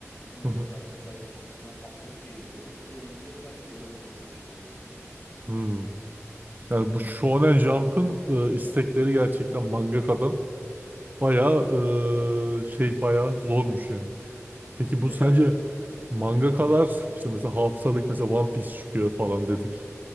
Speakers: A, on the left; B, on the right.
A: yine
B: hı
A: o kadar da kolay değil. Çünkü bunlar haftalık yayınlanıyor. Haftada 24 sayfa inanılmaz zor bir şey yani.
B: hı. Yani bu Shonen Jump'ın e, istekleri gerçekten mangakadan bayağı e, şey bayağı zormuş yani. Peki bu
A: Felaket
B: sence
A: zor ya.
B: mangakalar işte mesela haftalık mesela One Piece çıkıyor falan dedik.